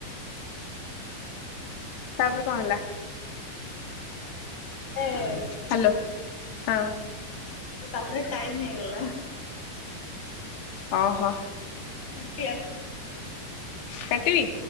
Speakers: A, on the left (about 80°); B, on the left (about 20°).
A: ତାପରେ କଣ ହେଲା?
B: ହଁ
A: ହାଲୋ ହଁ
B: ତାପରେ ଟାଇମ ହେଇଗଲା।
A: ଓହୋ
B: <unintelligible>
A: କାଟିବି?